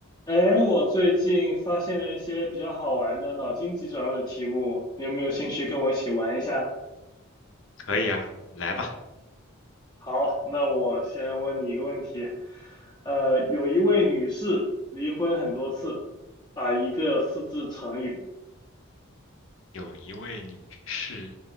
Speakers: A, on the left; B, on the left.
A: 哎，我最近发现了一些比较好玩的脑筋急转弯的题目，你有没有兴趣跟我一起玩一下？
B: 可以啊，来吧。
A: 好，那我先问你一个问题。呃，有一位女士离婚很多次，打一个四字成语。
B: 有一位女士